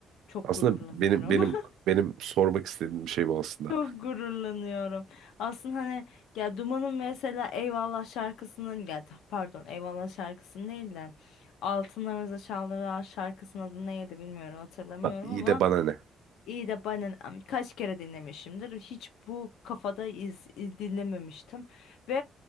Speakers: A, on the left; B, on the right.
A: çok
B: Aslında
A: gururlanıyorum.
B: benim benim
A: <laughs>
B: benim sormak istediğim şey bu aslında.
A: Çok gururlanıyorum. Aslında hani ya Duman'ın mesela Eyvallah şarkısının ya pardon Eyvallah şarkısının değil de Altınlarımıza Çaldırılan şarkısının adı neydi bilmiyorum hatırlamıyorum
B: Ba- İyi
A: ama
B: de bana ne?
A: İyi de ben am- kaç kere dinlemişimdir. Hiç bu kafada iz, iz- dinlememiştim. Ve